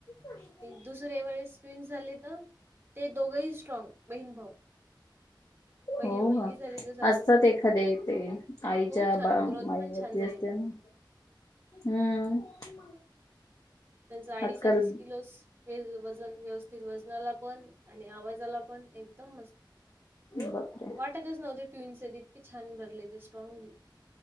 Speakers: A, on the left; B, on the right.
A: ह <unintelligible>
B: दुसर्‍या वेळेस ट्वींन्स झाले तर ते दोघंही स्ट्रॉग बहीण भाऊ पहिली
A: हो
B: मुलगी
A: का
B: झाली दुसरा
A: असतात
B: मुलगा झाला
A: एखाद्ये ते आईच्या
B: खूप छान
A: बा
B: ग्रोथ
A: आईवरती
B: पण छान झाली
A: असते ना हम्म
B: त्यांचं अडीच
A: आजकाल
B: अडीच किलोच वे वजन व्यवस्थित वजनाला पण आणि आवाजाला पण एकदम मस्त
A: बापरे
B: वाटतच नव्हते ते ट्विन्संयत इतके छान भरले ते स्ट्रॉंगली